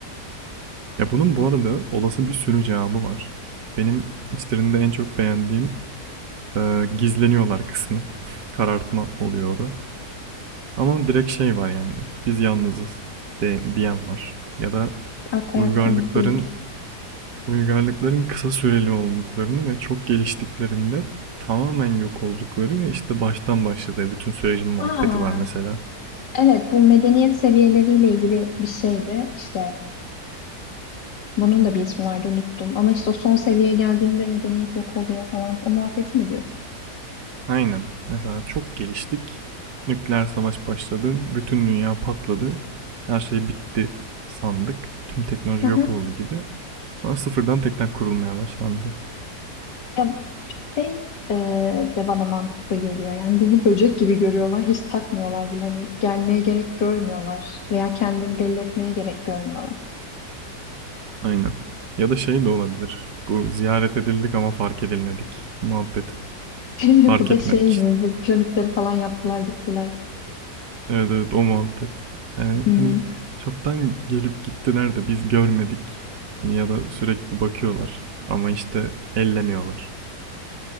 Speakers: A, on the right; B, on the left.
A: Ya bunun bu arada olası bir sürü cevabı var. Benim içlerinde en çok beğendiğim e, gizleniyorlar kısmı. <laughs> Karartma oluyor o da. Ama direkt şey var yani biz yalnızız de, diyen var. Ya da
B: Akla
A: uygarlıkların
B: yakın değil.
A: Uygarlıkların kısa süreli olduklarını ve çok geliştiklerinde tamamen yok oldukları ve işte baştan başladığı bütün sürecin muhabbeti
B: Aa,
A: var mesela.
B: Evet, bu medeniyet seviyeleriyle ilgili bir şeydi. İşte bunun da bir ismi vardı unuttum. Ama işte o son seviyeye geldiğinde medeniyet yok oluyor falan. O muhabbeti mi diyorsun?
A: Aynen. Mesela çok geliştik. Nükleer savaş başladı. Bütün dünya patladı. Her şey bitti sandık. Tüm teknoloji
B: Aha.
A: yok oldu gibi. Sonra sıfırdan tekrar kurulmaya başlandı.
B: Ya şey e, de bana mantıklı geliyor. Yani bizi böcek gibi görüyorlar. Hiç takmıyorlar bile. Hani gelmeye gerek görmüyorlar. Veya kendilerini belli etmeye gerek görmüyorlar.
A: Aynen. Ya da şey de olabilir. Bu ziyaret edildik ama fark edilmedik muhabbeti.
B: <laughs>
A: Fark
B: Bu da
A: etmedik
B: şey
A: işte.
B: mi? Bir Piramitleri falan yaptılar gittiler.
A: Evet evet o muhabbet. Yani
B: Hı hı.
A: hani çoktan gelip gittiler de biz görmedik. Hani ya da sürekli bakıyorlar ama işte ellemiyorlar.